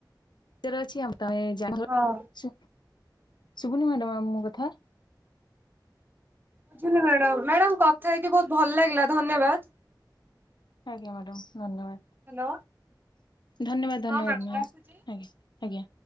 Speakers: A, on the left; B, on the right.
A: ରେ ଅଛି ଆମ ତମେ
B: ହଁ
A: ଶୁ ଶୁଭୁନି ମ୍ୟାଡ଼ାମ ମୋ କଥା।
B: ବୁଝଲି ମ୍ୟାଡମ ମ୍ୟାଡାମ କଥା ହେଇକି ବହୁତ ଭଲ ଲାଗିଲା ଧନ୍ୟବାଦ।
A: ଆଜ୍ଞା ମ୍ୟାଡ଼ାମ ଧନ୍ୟବାଦ।
B: ହ୍ୟାଲୋ
A: ଧନ୍ୟବାଦ ଧନ୍ୟବାଦ
B: ହଁ ମ୍ୟାଡାମ
A: ମ୍ୟାମ୍
B: ରଖୁଛି।
A: ଆଜ୍ଞା ଆଜ୍ଞା।